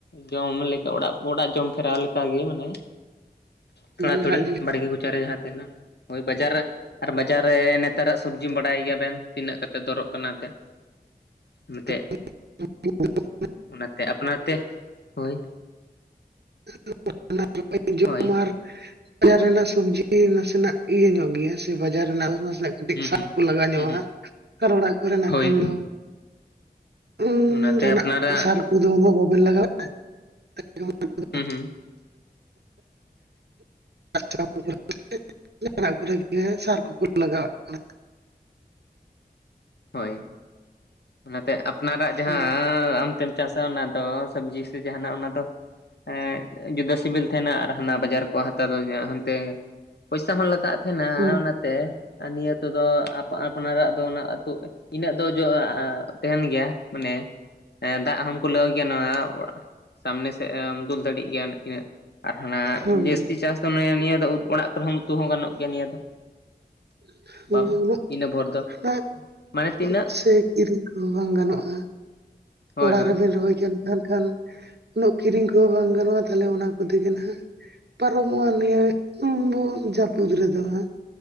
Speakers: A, on the left; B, on the right.
A: ᱡᱚᱢ ᱞᱮᱠᱟ ᱚᱲᱟᱜ ᱚᱲᱟᱜ ᱡᱚᱢ ᱯᱷᱮᱨᱟᱣ ᱞᱮᱠᱟᱜ ᱜᱮ ᱢᱟᱱᱮ᱾ ᱛᱷᱚᱲᱟ
B: ᱚᱲᱟᱜ
A: ᱛᱷᱩᱲᱤ
B: ᱡᱚᱢ
A: ᱵᱟᱲᱜᱮ ᱠᱚᱪᱟᱨᱮ ᱡᱟᱦᱟᱸ ᱛᱟᱦᱮᱱᱟ ᱦᱳᱭ ᱵᱟᱡᱟᱨ ᱨᱮ ᱟᱨ ᱵᱟᱡᱟᱨ ᱨᱮ ᱱᱮᱛᱟᱨᱟᱜ ᱥᱚᱵᱽᱡᱤ ᱵᱟᱰᱟᱭ ᱜᱮᱭᱟᱵᱮᱱ ᱛᱤᱱᱟᱹᱜ ᱠᱟᱛᱮᱫ ᱫᱚᱨᱚᱜ ᱠᱟᱱᱟ ᱮᱱᱛᱮᱫ ᱮᱱᱛᱮᱫ?
B: <unintelligible>
A: ᱚᱱᱟᱛᱮ ᱟᱯᱱᱟᱨ ᱛᱮ ᱦᱳᱭ᱾
B: <unintelligible> ᱡᱚᱢ
A: ᱦᱳᱭ
B: ᱟᱨ ᱵᱟᱡᱟᱨ ᱨᱮᱱᱟᱜ ᱥᱚᱵᱽᱡᱤ ᱱᱟᱥᱮᱱᱟᱜ ᱤᱭᱟᱹ ᱧᱚᱜ ᱜᱮᱭᱟ ᱥᱮ ᱵᱟᱡᱟᱨ ᱨᱮᱱᱟᱜ ᱱᱟᱥᱮᱱᱟᱜ ᱠᱟᱹᱴᱤᱡ
A: ᱦᱩᱸ
B: ᱥᱟᱵ
A: ᱦᱩᱸ
B: ᱠᱚ ᱞᱟᱜᱟᱣ ᱧᱚᱜᱚᱜᱼᱟ
A: ᱦᱩᱸ ᱦᱩᱸ
B: ᱟᱨ ᱚᱲᱟᱜ ᱠᱚᱨᱮᱱᱟᱜ
A: ᱦᱳᱭ
B: ᱠᱷᱟᱱ ᱫᱚ ᱩᱸ
A: ᱚᱱᱟᱛᱮ
B: ᱡᱟᱦᱟᱸᱱᱟᱜ
A: ᱟᱯᱱᱟᱨᱟᱜ
B: ᱥᱟᱨ ᱠᱚᱫᱚ ᱚᱱᱳ ᱵᱟᱵᱮᱱ ᱞᱟᱜᱟᱣᱮᱫ ᱛᱮ? <inaudible>
A: ᱦᱩᱸ ᱦᱩᱸ᱾
B: <unintelligible> ᱠᱚᱨᱮ ᱜᱮ ᱥᱟᱨ ᱠᱚᱠᱚ ᱞᱟᱜᱟᱣᱟᱜ ᱠᱟᱱᱟ᱾
A: ᱦᱳᱭ ᱚᱱᱟᱛᱮ ᱟᱯᱱᱟᱨᱟᱜ ᱡᱟᱦᱟᱸ
B: ᱦᱩᱸ
A: ᱟᱻ ᱟᱢ ᱛᱮᱢ ᱪᱟᱥᱟ ᱚᱱᱟ ᱫᱚ ᱥᱚᱵᱽᱡᱤ ᱥᱮ ᱡᱟᱦᱟᱸᱱᱟᱜ ᱚᱱᱟ ᱫᱚ ᱮᱸᱜ ᱡᱩᱫᱟᱹ ᱥᱤᱵᱤᱞ ᱛᱟᱦᱮᱸᱱᱟ ᱟᱨ ᱦᱟᱸᱱᱟ ᱵᱟᱡᱟᱨ ᱠᱚ ᱦᱟᱛᱟᱣ ᱫᱚ ᱦᱟᱸᱱᱛᱮ ᱯᱚᱭᱥᱟ ᱦᱚᱸ ᱞᱟᱜᱟᱜ ᱛᱟᱦᱮᱱᱟ
B: ᱦᱩᱸ
A: ᱚᱱᱟᱛᱮ ᱟᱨ ᱱᱤᱭᱟᱹ ᱛᱮᱫᱚ ᱟᱯ ᱟᱯᱱᱟᱨᱟᱜ ᱫᱚ ᱚᱱᱟ ᱛᱚ ᱤᱱᱟᱹᱜ ᱫᱚ ᱡᱚ ᱛᱟᱦᱮᱱ ᱜᱮᱭᱟ ᱢᱟᱱᱮ᱾ ᱮᱸ ᱫᱟᱜ ᱦᱚᱢ ᱠᱩᱞᱟᱹᱣ ᱜᱮᱭᱟ ᱱᱚᱣᱟ ᱥᱟᱢᱱᱮ ᱥᱮᱫ ᱮᱢ ᱫᱩᱞ ᱫᱟᱲᱤᱜ ᱜᱮᱭᱟ ᱤᱱᱟᱹᱜ ᱟᱨ ᱦᱟᱱᱟ
B: ᱦᱳᱭ
A: ᱡᱟᱹᱥᱛᱤ ᱪᱟᱥ ᱫᱚ ᱱᱤᱭᱟᱹ ᱫᱚ ᱚᱲᱟᱜ ᱠᱚᱨᱮ ᱦᱚᱸ ᱚ ᱩᱛᱩ ᱦᱚᱸ ᱜᱟᱱᱚᱜ ᱜᱮᱭᱟ ᱱᱤᱭᱟᱹ ᱫᱚ᱾
B: <unintelligible>
A: ᱵᱟᱢ ᱤᱱᱟᱹ ᱵᱷᱳᱨ ᱫᱚ ᱢᱟᱱᱮ ᱛᱤᱱᱟᱹᱜ
B: ᱥᱮ ᱠᱤᱨᱤᱧ ᱠᱚᱦᱚᱸ ᱵᱟᱝ ᱜᱟᱱᱚᱜᱼᱟ᱾
A: ᱦᱳᱭ
B: ᱚᱲᱟᱜ
A: ᱦᱳᱭ
B: ᱨᱮᱵᱮᱱ ᱨᱚᱦᱚᱭ ᱠᱟᱱ ᱠᱷᱟᱱ ᱩᱱᱟᱹᱜ ᱠᱤᱨᱤᱧ ᱠᱚᱦᱚᱸ ᱵᱟᱝ ᱜᱟᱱᱚᱭᱼᱟ ᱛᱟᱦᱚᱞᱮ ᱚᱱᱟ ᱠᱚᱛᱮᱜᱮ ᱱᱟᱦᱟᱸᱜ᱾ ᱯᱟᱨᱚᱢᱚᱭᱼᱟ ᱱᱤᱭᱟ. <unintelligible> ᱡᱟᱹᱯᱩᱫ ᱨᱮᱫᱚ ᱦᱟᱸᱜ᱾